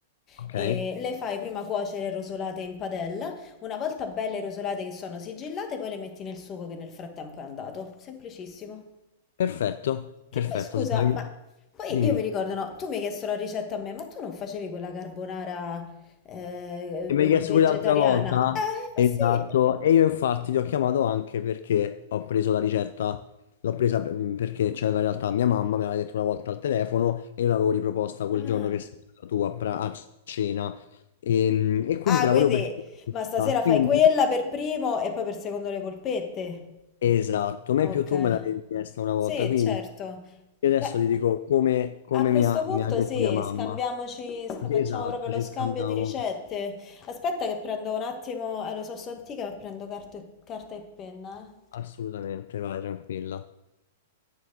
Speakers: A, on the left; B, on the left.
A: ok,
B: E le fai prima cuocere rosolate in padella. Una volta belle rosolate che sono sigillate, poi le metti nel sugo che nel frattempo è andato. Semplicissimo.
A: perfetto,
B: Che
A: perfetto.
B: poi scusa,
A: sai-
B: ma poi
A: Dimmi.
B: io mi ricordo, no, tu mi hai chiesto la ricetta a me, ma tu non facevi quella carbonara eh,
A: E mi hai chiesto
B: vegetariana?
A: quell'altra volta?
B: Eh,
A: Esatto,
B: ma sì.
A: e io infatti ti ho chiamato anche perché ho preso la ricetta, l'ho presa mm, perché c'aveva in realtà mia mamma, me l'aveva detto una volta al telefono e io l'avevo riproposta quel
B: Ah.
A: giorno che sei stata tu a, pra- a cena e, mm, e quindi
B: Ah,
A: te la
B: quindi,
A: volevo perché...
B: ma stasera
A: Ah, Quindi,
B: fai quella per primo e poi per secondo le polpette.
A: esatto, ma
B: Ok,
A: in più tu me l'avevi chiesta una volta,
B: sì,
A: quindi
B: certo.
A: io adesso
B: Beh,
A: ti dico come, come
B: a questo
A: mi ha,
B: punto
A: mi ha detto
B: sì,
A: mia mamma.
B: scambiamoci, sc-
A: Così,
B: facciamo
A: Esatto,
B: proprio lo
A: ci
B: scambio
A: scambiamo.
B: di ricette. Aspetta che prendo un attimo, eh, lo so, sono antica, ma prendo carta e, carta e penna. eh.
A: Assolutamente, vai tranquilla.